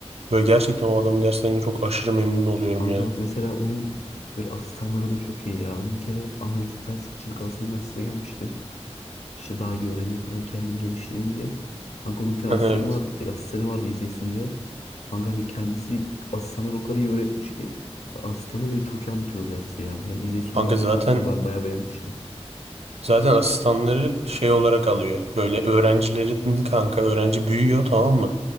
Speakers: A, on the right; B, on the left.
A: böyle gerçekten o adamın derslerinden çok aşırı memnun oluyorum
B: Kanka
A: ya.
B: bak mesela onun böyle asistanları da çok iyi ya. Ben bir kere analitik dersi için Galatasaray Üniversitesi'ne gelmiştim. İşte daha iyi öğreneyim falan kendim geliştireyim diye. Kanka onun bir tane
A: <laughs> Evet.
B: asistanı vardı, e, asistanı vardı İzeysu diye. Kanka hani kendisi asistanlar o kadar iyi öğretmiş ki asistanı bile çok iyi anlatıyordu dersi ya. Yani İzeysu'nun
A: Kanka
B: dersini
A: zaten
B: ben mesela ben bayağı beğenmiştim.
A: Zaten asistanları şey olarak alıyor. Böyle öğrencilerin kanka öğrenci büyüyor tamam mı?